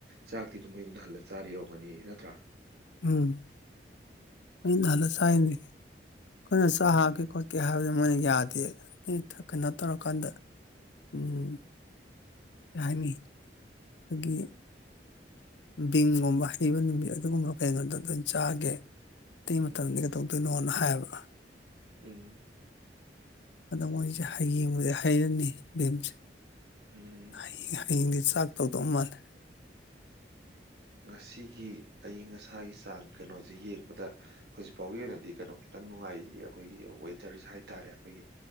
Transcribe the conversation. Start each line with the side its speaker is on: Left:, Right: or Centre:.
Right: ꯆꯥꯛꯇꯤ ꯗꯨꯝ ꯃꯌꯨꯝꯗ ꯍꯜꯂ ꯆꯥꯔꯤ ꯑꯣꯝꯒꯅꯤ ꯅꯠꯇ꯭ꯔꯥ
Left: ꯎꯝ ꯃꯌꯨꯝꯗ ꯍꯜꯂ ꯆꯥꯏꯅꯤ ꯈꯣꯏꯅ ꯆꯥꯛ
Right: ꯎꯝ
Left: ꯍꯥꯞꯀꯦ ꯈꯣꯠꯀꯦ ꯍꯥꯏꯕꯗ ꯃꯣꯏꯅ ꯌꯥꯗꯦ ꯑꯦꯗ ꯊꯛ ꯀꯅꯣ ꯇꯧꯔꯀꯥꯟꯗ ꯎꯝ ꯀꯩ ꯍꯥꯏꯅꯤ ꯈꯣꯏꯒꯤ ꯕꯤꯡꯒꯨꯝꯕ ꯍꯩꯕ ꯅꯨꯃꯤꯠ ꯑꯗꯨꯒꯨꯝꯕ ꯀꯩꯩꯅꯣꯗ ꯗꯣꯏꯟ ꯆꯥꯒꯦ ꯇꯩ ꯃꯇꯝꯗꯤ
Right: ꯎꯝ
Left: ꯀꯗꯧ ꯗꯣꯏꯅꯣꯅ ꯍꯥꯏꯕ
Right: ꯎꯝ
Left: ꯑꯗꯣ ꯃꯣꯏꯖꯦ ꯍꯌꯦꯡꯕꯨꯗꯤ ꯍꯩꯔꯅꯤ ꯚꯤꯝꯁꯦ
Right: ꯎꯝ
Left: ꯍꯌꯦ ꯍꯌꯦꯡꯗꯤ ꯆꯥꯛ ꯇꯧꯗꯧ ꯃꯥꯜꯂꯦ
Right: ꯉꯁꯤꯒꯤ ꯑꯏꯤꯡ ꯑꯁꯥꯒꯤ ꯆꯥꯡ ꯀꯩꯅꯣꯖꯦ ꯌꯦꯡꯕꯗ ꯍꯧꯖꯤꯛ ꯐꯥꯎꯕꯒꯤ ꯑꯣꯏꯅꯗꯤ ꯀꯩꯅꯣ ꯈꯤꯇꯪ ꯅꯨꯡꯉꯥꯏꯔꯤꯌꯦ ꯈꯣꯏꯒꯤ ꯋꯦꯗꯔꯖꯦ ꯍꯥꯏꯇꯔꯦ ꯈꯣꯏꯒꯤ